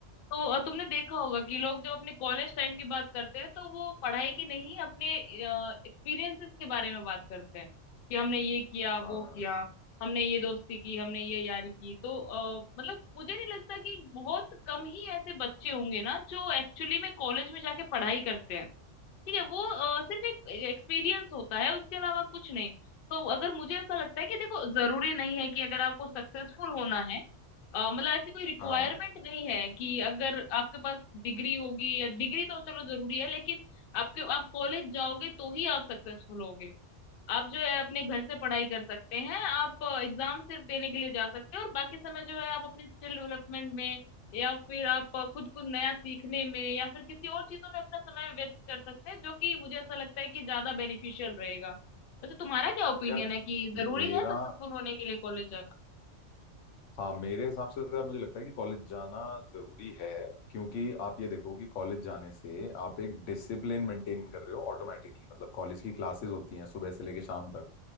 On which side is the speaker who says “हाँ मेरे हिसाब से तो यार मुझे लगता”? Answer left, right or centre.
Left